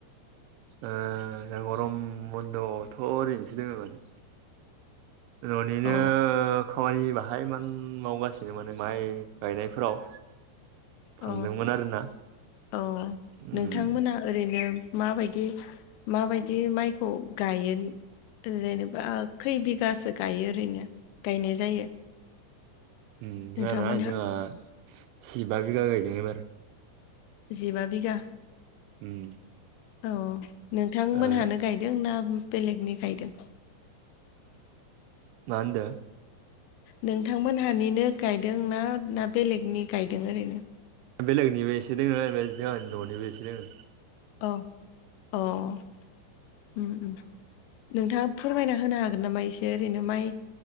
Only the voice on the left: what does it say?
अ
अ
औ
नोंथांमोना ओरैनो माबायदि माबायदि माइखौ गाइयो जेनेबा? बा खै बिगासो गायो ओरैनो गायनाय जायो?
नोंथांमोनहा
जिबा बिगा?
औ नोंथांमोनहानो
गायदों ना बेलेगनि गायदों?
नोंथांमोनहानिनो गायदों ना ना बेलेगनि गायदों ओरैनो?
औ अ ओम ओम। नोंथाङा फोरमायना होनो हागोन नामा एसे ओरैनो माइ